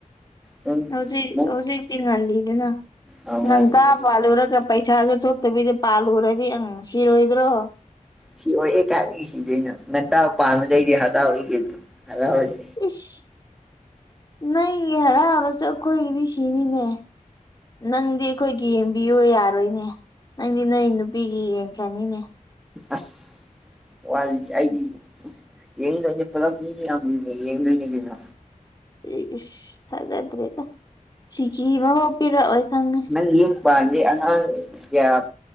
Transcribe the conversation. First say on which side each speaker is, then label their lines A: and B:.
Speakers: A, in the centre; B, on the left.
A: ꯅꯪ
B: ꯍꯧꯖꯤꯛ
A: ꯅꯪ
B: ꯍꯧꯖꯤꯛꯇꯤ ꯉꯜꯂꯤꯗꯅ
A: ꯑꯧ ꯉꯜꯂꯤ
B: ꯉꯟꯇ
A: ꯑꯗꯨ
B: ꯄꯥꯜꯂꯨꯔꯒꯞ ꯄꯩꯁꯥꯖꯨ ꯊꯣꯛꯇꯕꯤꯗ ꯄꯥꯜꯂꯨꯔꯗꯤ ꯑꯪ ꯁꯤꯔꯣꯏꯗ꯭ꯔꯣ
A: ꯁꯤ ꯑꯣꯏꯑꯦ ꯀꯥꯏꯗꯒꯤ ꯁꯤꯗꯣꯢꯅꯣ ꯉꯟꯇꯥ ꯄꯥꯟꯕꯥꯗꯩꯗꯤ ꯍꯇꯥꯎꯔꯦ ꯀꯩꯅꯣ ꯍꯔꯥꯎꯔꯦ
B: ꯏꯁ ꯅꯪꯒꯤ ꯍꯔꯥꯎꯔꯁꯨ ꯑꯈꯣꯏꯒꯤꯗꯤ ꯁꯤꯅꯤꯅꯦ ꯅꯪꯗꯤ ꯑꯩꯈꯣꯏꯒꯤ ꯌꯦꯡꯕꯤꯌꯨ ꯌꯥꯔꯣꯏꯅꯦ ꯅꯪꯗꯤ ꯅꯣꯏ ꯅꯨꯄꯤꯒꯤ ꯌꯦꯡꯈ꯭ꯔꯅꯤꯅꯦ
A: ꯑꯁ ꯋꯥꯔꯤꯗꯤ ꯑꯩꯒꯤ ꯌꯦꯡꯗꯣꯏꯅꯦ ꯄꯨꯂꯞ ꯃꯤ ꯌꯥꯝ ꯃꯨꯟꯅ ꯌꯦꯡꯗꯣꯏꯅꯦ ꯀꯩꯅꯣ
B: ꯏ ꯏꯁ ꯊꯥꯖꯗ꯭ꯔꯦꯗ ꯁꯤꯀꯤ ꯑꯃꯐꯥꯎ ꯄꯤꯔꯛꯑꯣꯏ ꯈꯪꯉꯤ
A: ꯑꯩꯅ ꯌꯨꯝ ꯄꯥꯟꯅꯤ ꯑꯉꯥꯡ ꯀ꯭ꯌꯥ